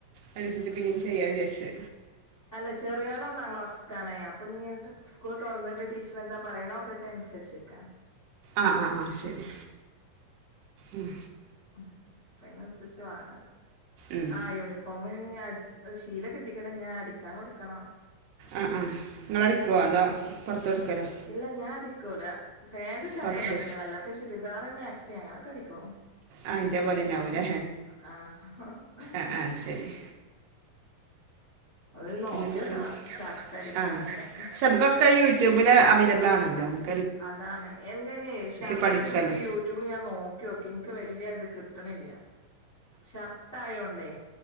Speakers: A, on the right; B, on the left.
A: അയിനനുസരിച്ച് പിന്നിം ചെയ്യാ
B: അതാണ്
A: വിചാര്ച്ച്.
B: അല്ല ചെറിയോന് ഒന്നാം ക്ലാസ്സ്ക്കാണേ. അപ്പൊ ഞ്ഞ് സ്കൂൾ തൊറന്നിട്ട് ടീച്ചർ എന്താ പറയ്ണോ ക്കട്ടെ അയ്നൻസരിച്ച്ക്കാണ്.
A: ആഹ് ആഹ് ആഹ് ശരി. ഉം
B: മ് അപ്പൊ അയിനന്സരിച്ച് വാങ്ങാ <unintelligible>
A: ഉം
B: ആഹ് യൂണിഫോം ഞ് അട്ച് ശീല കിട്ടീക്ണ് ഇഞ്ഞതടിക്കാൻ കൊടുക്കണം.
A: ആഹ് ആഹ്. ഇങ്ങളടിക്കുവോ അതോ
B: കൊടു
A: പൊറത്ത് കൊടുക്കലോ.
B: ഇല്ല ഞാ ടിക്കൂല. ഫാന്റ് ഷർട്ടൊന്നും
A: പത്ത്
B: അടിക്കൂല അല്ലാത്ത ചുരിദാർ മാക്സി അങ്ങനൊക്കെ അടിക്കും.
A: ആഹ്
B: ആഹ്.
A: ഇന്റെ പോലെന്നെ ആവൂലേ ആഹ് ആഹ് ശരി
B: അത് നോക്കിയോക്കണം
A: പിന്നെ എന്തൊക്കെണ്.
B: ഷർട്ട് അടിക്കാനൊക്കെ
A: ആഹ് പിക്ഷെ നമുക്കൊക്കെ യൂട്യൂബിൽ അവൈലബിൾ ആണല്ലോ. നമ്
B: അതാണ് എൻങ്ങനെയ് ഷർട്ട്
A: പഠിക്കല്ലോ
B: ഇൻക്ക് യൂ ട്യൂബിൽ ഞാൻ നോക്കിയോക്കി ഇനിക്ക് വല്യ ഇത് കിട്ട്ണില്ല്യ. ഷർട്ടായോണ്ടേ.